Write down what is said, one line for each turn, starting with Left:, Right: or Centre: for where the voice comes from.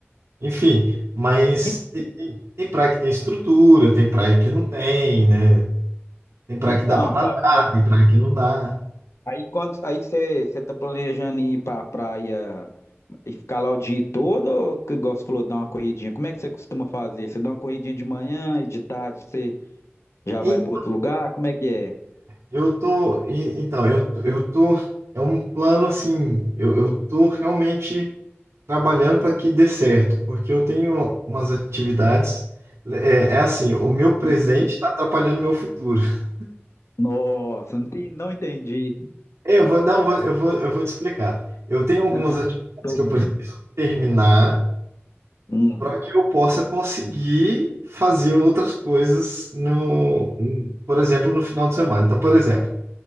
Right: enfim, mas
Left: En-
Right: tem, tem tem praia que tem estrutura, tem praia que não tem, né? Tem praia
Left: Então,
Right: que dá pra
Left: Fábio,
Right: nadar,
Left: mas
Right: tem praia que não dá.
Left: aí quando aí você está planejando ir para a praia E ficar lá o dia todo, ou, que igual você falou, dar uma corridinha? Como é que você costuma fazer? Você dá uma corridinha de manhã e de tarde você já
Right: E-
Left: vai para outro lugar? Como é que é?
Right: Eu tô, e- então, eu, eu tô, é um plano assim, eu, eu tô realmente trabalhando para que dê certo, porque eu tenho umas atividades, é, é assim, o meu presente
Left: Uhum.
Right: está atrapalhando o meu futuro. <laughs>
Left: Nossa, não entendi não entendi.
Right: É, Eu vou, não, eu vou, eu vou, eu vou te explicar. Eu tenho algumas
Left: Aham,
Right: atividades
Left: tô
Right: que
Left: ouvindo.
Right: eu preciso terminar
Left: Hum,
Right: para que eu possa conseguir fazer outras coisas no, por exemplo, no final de semana. Então, por exemplo,